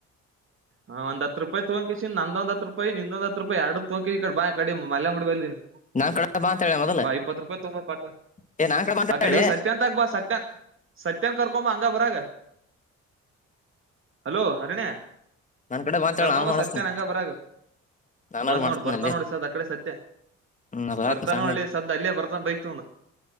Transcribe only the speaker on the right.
ಹಾ ಒಂದ ಹತ್ತ ರೂಪಾಯ ತಗೊಂಡಕೇಸಿನ ನಂದೊಂದ ಹತ್ ರೂಪಾಯಿ ನಿಂದೊಂದ ಹತ್ ಹತ್ ರೂಪಾಯಿ ಎರಡು ತೋಂಕೆ ಈ ಕಡಿ ಬಾ ಮಲ್ಯನಗುಡಿ ಬಲ್ದಿನಿ
ಬಾ ಇಪ್ಪತ್ ರೂಪಾಯಿ ತೊಂಬಾ ಪಟ್ಟ
ಆ ಕಡೆ
ಇವ ಸತ್ಯಂತ ಆಗ ಬಾ ಸತ್ಯಂತ ಸತ್ಯನ್ ಕರ್ಕೊಂಬ ಅಂಗ ಬರಾಗ ಹಲೋ ಹರಣ್ಯೆ
ಕರ್ಕೊಂಬಾ
ಸತ್ಯ ನ ಹಂಗ ಬರಾಗ
ಬಂದ್
ನೋಡ್ ಬರ್ತಾ
ನೋಡ ಈ ಸದ್ದ ಅಕಡೆ ಸತ್ಯ
ಬರ್ತಾನ
ನೋಡಲೇ ಈ ಸದ್ದ ಅಲ್ಲೇ ಬರ್ತಾನ ಬೈಕ್ ತೋಂದ